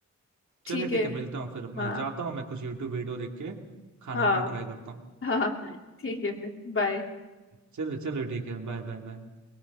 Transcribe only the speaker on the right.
चलिए ठीक
है मिलता हूँ फिर मैं
जाता हूँ मैं कुछ यूट्यूब वीडियो देख के खाना
वाना ट्राई करता हूँ
चलिए चलिए ठीक है बाय बाय बाय